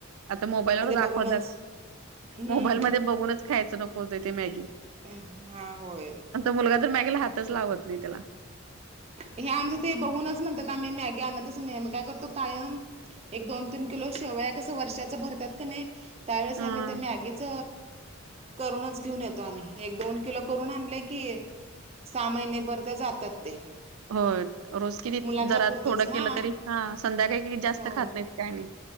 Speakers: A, on the right; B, on the right.
A: आता मोबाईलवर दाखवत.
B: बघूनच हम्म
A: मोबाईल मध्ये बघूनच खायचं नको ते ते मॅगी.
B: हा होय
A: मुलगा तर माॅगेला हातच लावत नाही त्याला
B: हे आमचं ते बघूनच म्हणतात आम्ही मॅगी आणतच नाही आम्ही काय करतो कायम. एक दोन तीन किलो शिवया कसं वर्षाच भरतात की नाही त्यावेळेस
A: हा
B: आम्ही ते म आगीच. करूनच घेऊन येतो आम्ही एक दोन किलो करून आणले की सहा महिनेभर ते जातात ते
A: हो रोज किती
B: मुलांच्या
A: जरा
B: पुरतंच
A: थोडं
B: हा
A: केलं तरी ह संध्याकाळी जास्त
B: होय
A: खात नाहीत काय नाही.